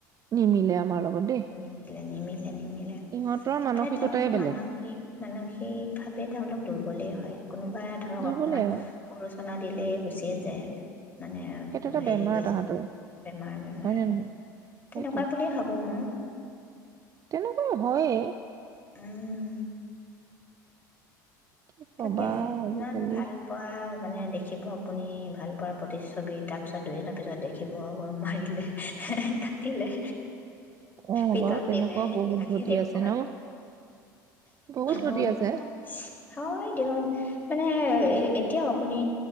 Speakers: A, on the right; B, on the left.
A: নিমিলে আমাৰ লগত দেই
B: নিমিলে নিমিলে নিমিলে
A: ইহঁতৰ মানসিকতাই
B: এ তেওঁলোক
A: বেলেগ
B: মানসিক মানসিক ভাৱে তেওঁলোক দুৰ্বলেই হয় কোনোবাই ধৰক
A: দুৰ্বলে
B: অকমান
A: আৰু
B: পৰোচনা দিলেই গুচি যায় মানে
A: সেইটো এটা
B: হেৰি
A: বেমাৰ
B: হৈ
A: তাহাঁতৰ
B: যায় বেমাৰ বেমাৰ
A: হয় নে নহয় সেইটোৱে
B: তেনেকুৱা বুলিয়ে ভাবোঁ মই
A: তেনেকুৱা হয়ে
B: উম
A: কি কবা
B: তাকে
A: আজিকালি
B: ইমান ভাল পোৱা মানে দেখিব আপুনি ভাল পোৱা প্ৰতিচ্ছবিিত তাৰপিছত দুদিনৰ পিছত দেখিব পকৈ মাৰিলে কাটিলে
A: অ
B: পিটন
A: বা তেনেকুৱাও
B: দিলে সেইবিলাকে
A: বহুত ঘটি
B: দেখো
A: আছে
B: আৰু
A: ন বহুত ঘটি
B: হয়
A: আছে
B: দিয়ক হয় দিয়ক মানে এতিয়াও আপুনি